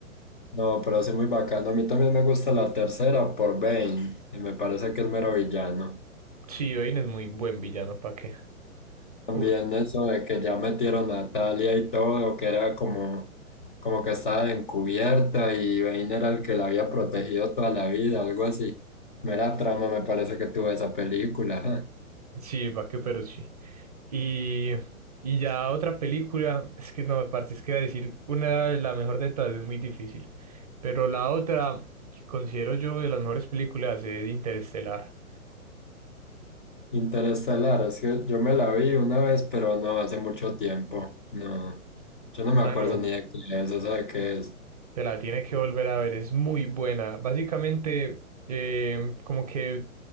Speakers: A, on the left; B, on the right.
A: No, pero sí muy bacano. A mí también me gusta la tercera por Bane, y me parece que es mero villano.
B: Sí, Bane es muy buen villano, pa qué?
A: También
B: Uf,
A: eso de que ya metieron a Talia y todo, que era como, como que estaba encubierta y Bane era el que la había protegido toda la vida, algo así. Mera trama me parece que tuvo esa película. ajá.
B: sí, pa qué? Pero sí. Y, y ya otra película, es que no, parce, es que decir una de la mejor de todas es muy difícil, pero la otra que considero yo de las mejores películas es Interestelar.
A: Interestelar, es que yo me la vi una vez, pero no hace mucho tiempo. No, yo no me acuerdo
B: Mano,
A: ni de qué es, o sea, de qué es.
B: Te la tienes que volver a ver, es muy buena. Básicamente, eh, como que